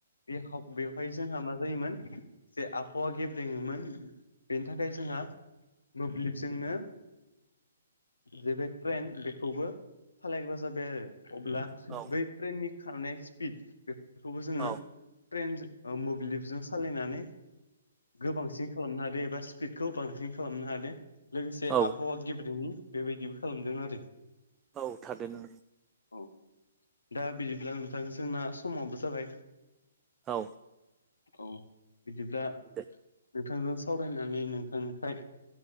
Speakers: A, on the left; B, on the right.
A: बे खाव बेवहाय जोंहा मा जायोमोन जे आबहावा गेब्रेङोमोन बेनि थाखाय जोंहा मोब्लिबजोंनो। जेबे ट्रेन बेखौबो सालायग्रा जाबाय आरो अब्ला
B: ओ
A: बै ट्रेननि खारनाय स्पिड बेखौ खौबो जोङो
B: औ
A: ट्रेनजों ओ मोब्लिबजों सालायनानै गोबांसिन खालामनो हादो एबा स्पिडखौ बांसिन खालामनो हादो लोगोसे
B: औ
A: आबहावा गेब्रेंनाय बेबायदिबो खालामदों आरो
B: औ थारैनो
A: औ दा बिदिब्ला नोंथां जोंना समाबो जाबाय
B: औ
A: औ बिदिब्ला नोंथांजों
B: दे
A: सावरायनानै नोंथांनिफ्राय